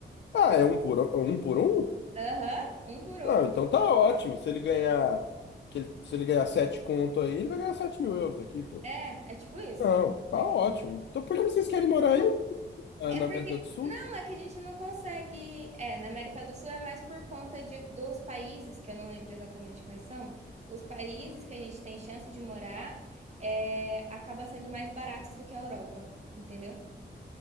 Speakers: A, on the left; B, on the right.
A: Ah, é um por um? é um por um?
B: Aham, um por um.
A: Ah, então tá ótimo. Se ele ganhar, que ele- se ele ganhar sete conto aí, ele vai ganhar sete mil euros aqui, pô.
B: É, é tipo isso.
A: Não, tá
B: É que
A: ótimo.
B: é tipo isso.
A: Então, por que vocês querem morar aí, ah,
B: É
A: na
B: porque.
A: América do Sul?
B: Não, é que a gente não consegue. É, na América do Sul é mais por conta de, dos países, que eu não lembro exatamente quais são, os países que a gente tem chance de morar é, acaba sendo mais baratos do que a Europa, entendeu?